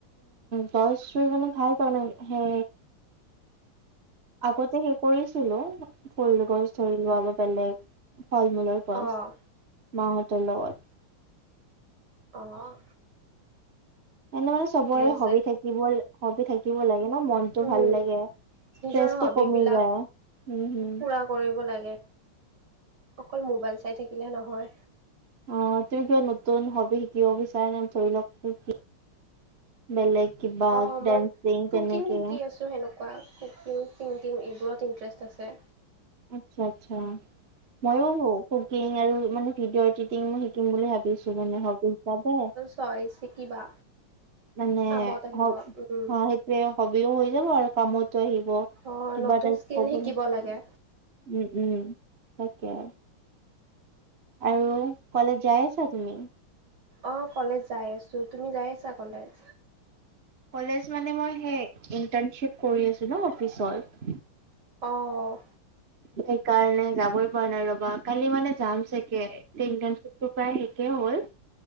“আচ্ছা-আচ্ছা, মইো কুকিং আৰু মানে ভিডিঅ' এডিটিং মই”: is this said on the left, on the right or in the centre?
Right